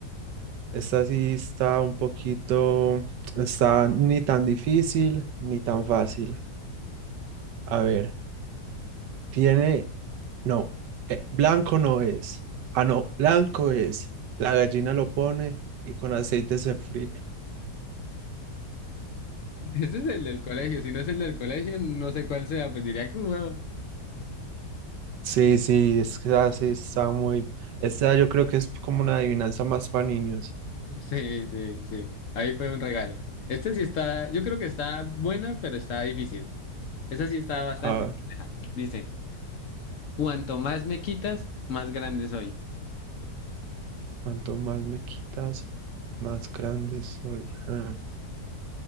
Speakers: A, on the right; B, on the left.
A: esa sí está un poquito, está ni tan difícil ni tan fácil. A ver, tiene No, eh, blanco no es. Ah, no, blanco es. La gallina lo pone y con aceite se fríe.
B: <laughs> Este es el del colegio, si no es el del colegio, no sé cuál sea, pues diría que un huevo.
A: Sí, sí, es que así está muy... Esta yo creo que es como una adivinanza más para niños.
B: Sí, sí, sí. Ahí fue un regalo. Este sí está, yo creo que está buena, pero está difícil. Esa sí está bastante
A: A ver,
B: compleja. Dice, cuanto más me quitas, más grande soy.
A: cuanto más me quitas, más grande soy. Ah,